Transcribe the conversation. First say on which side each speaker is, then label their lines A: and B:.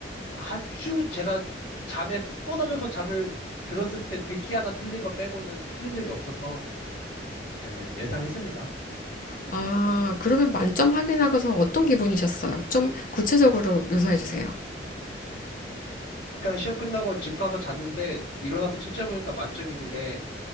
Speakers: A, on the left (about 70°); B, on the left (about 50°).
A: 아주 제가 잠에 쏟아져서 잠을 들었을 때 듣기 하나 틀린 거 빼고는 틀린 적이 없어서 예, 예상했습니다.
B: 아, 그러면 만점 확인하고서 어떤 기분이셨어요? 좀 구체적으로 묘사해 주세요.
A: 그냥 시험 끝나고 집 가서 잤는데 일어나서 채점해보니까 만점이길래